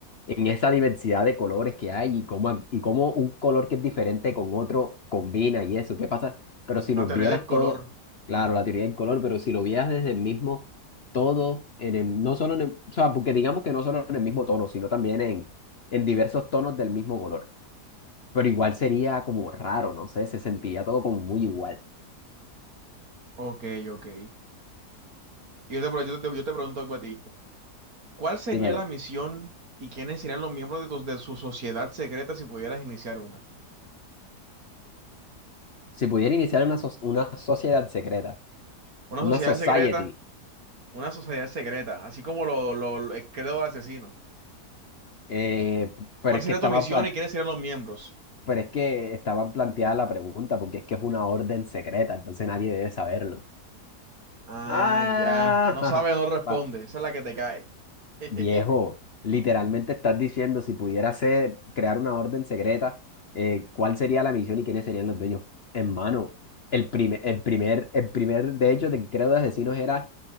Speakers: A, on the left; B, on the right.
A: en esa diversidad de colores que hay y cómo, ac- y cómo un color que es diferente con otro combina y eso, ¿qué pasa? Pero si
B: La
A: lo
B: teoría
A: vieras
B: del color.
A: todo, claro, la teoría del color, pero si lo vieras desde el mismo todo, en el- no solo en el- o sea, porque digamos que no solo en el mismo tono, sino también en, en diversos tonos del mismo color. Pero igual sería como raro, no sé, se sentiría todo como muy igual.
B: Ok, ok. Y yo te, pre- yo te, yo te pregunto algo a ti. ¿Cuál sería
A: Dímelo,
B: la misión y quiénes serían los miembros de, tu- de su sociedad secreta si pudieras iniciar una?
A: si pudiera iniciar una, so- una sociedad secreta,
B: Una
A: una
B: sociedad
A: society,
B: secreta Una sociedad secreta, así como lo, lo, lo- el credo asesino.
A: eh, pero
B: ¿Cuál
A: es
B: sería
A: que estaba,
B: tu misión y quiénes serían los miembros?
A: Pero es que estaba planteada la pregunta, porque es que es una orden secreta, entonces nadie debe saberlo.
B: Ah,
A: Ah,
B: ya. No
A: jaja.
B: sabe, no responde.
A: Va,
B: Esa es la que te cae. <laughs>
A: viejo, literalmente estás diciendo, si pudiera ser, crear una orden secreta, eh, ¿cuál sería la misión y quiénes serían los dueños? Hermano, el primer, el primer, el primer, de hecho, del credo de asesinos era